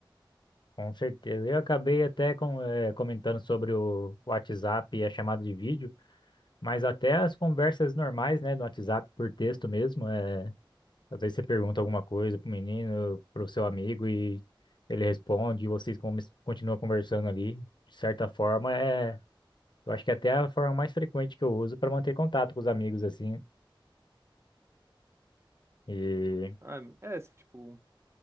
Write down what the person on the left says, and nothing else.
Com certeza. Eu acabei até com, eh, comentando sobre o WhatsApp e a chamada de vídeo, mas até as conversas normais, né, no WhatsApp por texto mesmo, eh, Às vezes você pergunta alguma coisa pro menino, pro seu amigo e ele responde e vocês come- continuam conversando ali. De certa forma, é, eu acho que é até é a forma mais frequente que eu uso para manter contato com os amigos assim. E